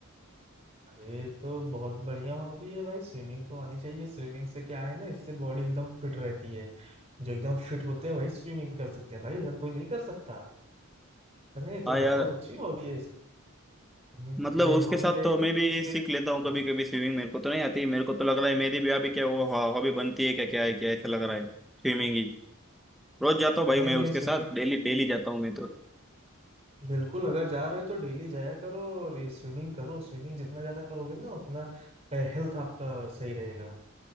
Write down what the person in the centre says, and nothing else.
हाँ
यार
मतलब
उसके
साथ
तो
मैं
भी
सीख लेता हूँ कभी
कभी स्विमिंग मेरे को तो नहीं आती मेरे को तो लग रहा है मेरी भी अभी क्या वो हॉबी बनती है क्या क्या है क्या ऐसा लग रहा है स्विमिंग ही रोज जाता हूँ भाई
मैं
उसके
साथ डेली डेली जाता हूँ मैं तो